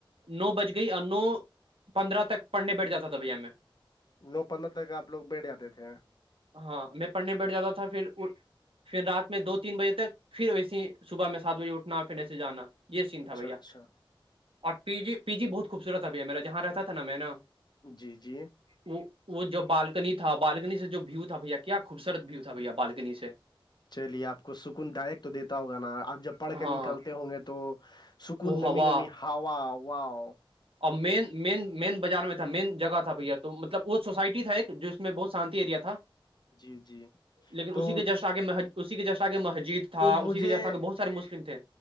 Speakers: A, on the right; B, on the left.
A: نو بج گئی اور نو پندرہ تک پڑھنے بیٹھ جاتا تھا بھیا میں
B: نو پندرہ تک لوگ بیٹھ جاتے تھے
A: ہاں میں پڑھنے بیٹھ جاتا تھا پھر پھر رات میں دو تین بجے تک پھر ویسے ہی صبح میں سات بجے اٹھنا پھر ایسے جانا یہ سین
B: اچھا
A: تھا بھیا
B: اچھا
A: اور پی جی پی جی بہت خوبصورت تھا بھیا میرا جہاں رہتا تھا نا میں نا
B: جی جی
A: وہ وہ جو بالٹی <unintelligible> نی تھا بالکنی سے جو ویو تھا بھیا کیا خوبصورت ویو تھا بھیا بالکنی سے
B: چلیے آپ کو سکون دائریک تو دیتا ہوگا نا آپ جب پڑھ
A: ہاں
B: کر نکلتے ہوں گے تو سکون
A: وہ
B: نمی
A: ہوا
B: نمی ہوا واؤ
A: اور مین مین مین بازار میں تھا مین جگہ تھا بھیا تو مطلب وہ سوسائٹی تھا ایک جس اس میں بہت شانتی ایریا تھا
B: جی جی
A: لیکن
B: تو
A: اسی کے جسٹ آگے اسی کی چشٹا کے مسجد تھا
B: تو
A: اسی
B: مجھے
A: کے جسٹ آگے بہت سارے مسلم تھے